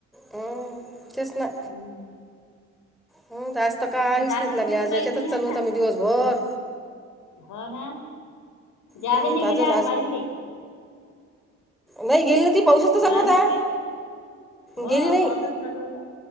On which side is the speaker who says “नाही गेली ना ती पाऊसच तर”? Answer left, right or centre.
Centre